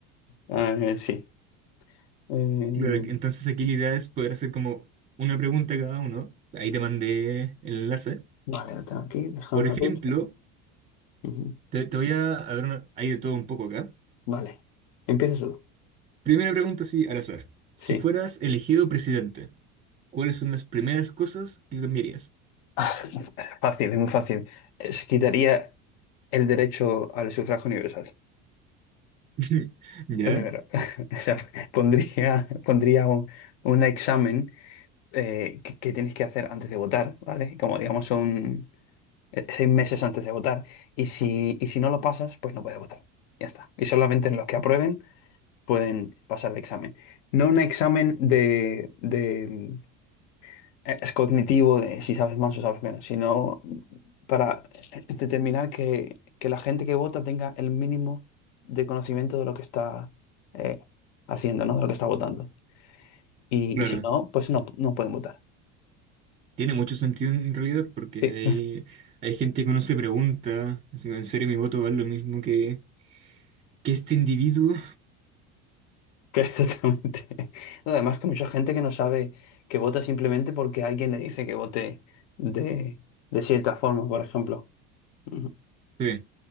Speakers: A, on the left; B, on the right.
A: A sí. Eh,
B: Claro, que- entonces aquí la idea es poder hacer como una pregunta cada uno. Ahí te mandé el enlace.
A: vale, lo tengo aquí. Déjame
B: Por ejemplo,
A: abrirlo. Ujú.
B: te, te voy a, a ver, una- hay de todo un poco acá.
A: Vale. ¿Empiezas tú?
B: Primera pregunta, sí, al azar. Si
A: Sí.
B: fueras elegido presidente, ¿cuáles son las primeras cosas que cambiarías?
A: Ah, fácil, es muy fácil. Eh, Se quitaría el derecho al sufragio universal.
B: <laughs> Ya,
A: Lo primero. <laughs> O sea, pondría, pondría un, un examen eh, que, que tienes que hacer antes de votar, ¿vale? Como digamos un... eh, seis meses antes de votar. Y si, y si no lo pasas, pues no puedes votar. Ya está. Y solamente en los que aprueben pueden pasar el examen. No un examen de, de, mm, eh, es cognitivo, de si sabes más o sabes menos, sino para eh, determinar que, que la gente que vota tenga el mínimo de conocimiento de lo que está eh, haciendo, ¿no? De lo que está votando. Y,
B: claro.
A: y si no, pues no, no pueden votar.
B: Tiene mucho sentido en realidad porque
A: Sí.
B: hay, hay gente que uno se pregunta, así, ¿en serio mi voto vale lo mismo que, que este individuo?
A: <laughs> Que exactamente. No, Además que mucha gente que no sabe que vota simplemente porque alguien le dice que vote de, de cierta forma, por ejemplo. Ujú.
B: Sí,